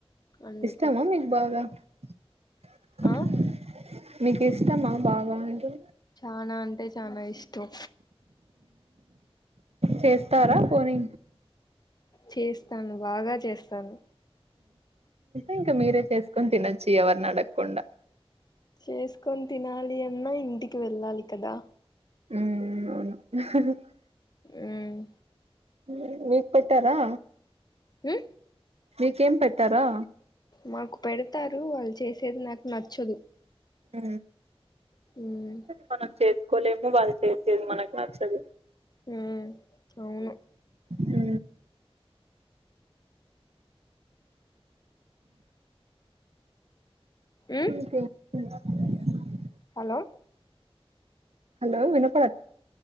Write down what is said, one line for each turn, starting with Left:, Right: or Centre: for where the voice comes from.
Left: అందుకు
Right: ఇష్టమా మీకు బాగా <unintelligible>
Left: ఆ
Right: మీకు ఇష్టమా బాగా ఉంటు
Left: చనా అంటే చనా ఇష్టం
Right: చేస్తారా పోనీ
Left: చేస్తాను. ఉ బాగా చేస్తా తను
Right: ఇంకా మీరే చేసుకొని తినొచ్చు. ఎవరిని అడగకుండా
Left: చేసుకొని తినాలి అన్నా ఇంటికి వెళ్ళాలి కదా
Right: ఉ అవును <unintelligible>
Left: ఉమ్
Right: <unintelligible> పెట్టారా
Left: ఉ
Right: మికేం పెట్టారా
Left: మాకు పెడతారు వాళ్ళు చేసేది నాకు నచ్చదు.
Right: అ
Left: ఉమ్
Right: మన చేసుకోలేము, వాళ్ళు చేసేది మనకు నచ్చదు.
Left: హ అవును
Right: హు
Left: ఉమ్
Right: ఇంకేం <unintelligible>
Left: హలో
Right: హలో వినప్ప